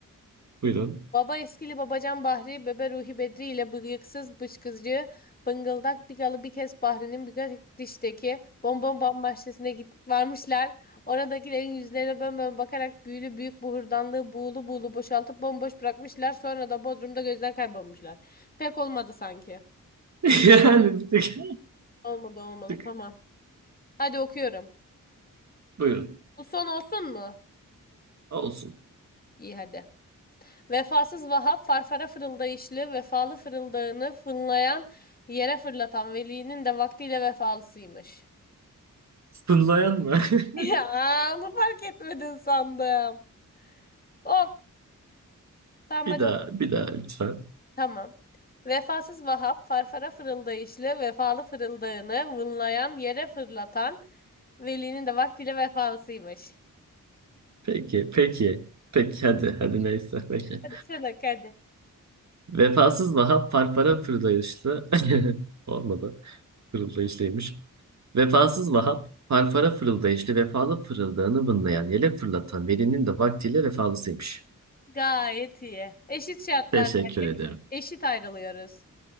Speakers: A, on the right (about 55°); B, on the left (about 25°).
A: <laughs> Buyurun.
B: Baba eskili babacan Bahri, bebe Ruhi Bedri ile bıyıksız bıçkızcı, bıngıldak Bigalı bir kez Bahri'nin bir dişteki bonbon bam bahçesine git varmışlar. Oradakilerin yüzlerine bönbön bakarak büyülü büyük bu hurdanlığı buğulu buğulu boşaltıp bomboş bırakmışlar. Sonra da Bodrum'da gözler kaybolmuşlar. Pek olmadı sanki.
A: <laughs> Yani bir tık,
B: Olmadı olmadı
A: bir tık.
B: tamam. Hadi okuyorum.
A: Buyurun.
B: Bu son olsun mu?
A: Olsun.
B: İyi hadi. Vefasız Vahap farfara fırıldayışlı, vefalı fırıldağını fınlayan, yere fırlatan velinin de vaktiyle vefalısıymış.
A: Sınlayan mı?
B: <laughs>
A: <laughs>
B: Ya onu fark etmedin sandım. Of, tamam
A: Bir
B: hadi
A: daha,
B: oku.
A: bir daha lütfen.
B: Tamam. Vefasız Vahap farfara fırıldayışlı, vefalı fırıldağını vınlayan, yere fırlatan, velinin de vaktiyle vefalısıymış.
A: Peki, peki. Peki hadi, hadi neyse. Peki.
B: Hadi sen ok hadi.
A: Vefasız Vahap parpara fırlayışlı. <laughs> Olmadı. Fırıldayışlıymış. Vefasız Vahap parpara fırıldayışlı vefalı fırıldağını vınlayan yele fırlatan velinin de vaktiyle vefalısıymış.
B: Gayet iyi. Eşit şartlarda
A: Teşekkür ederim.
B: eşit ayrılıyoruz.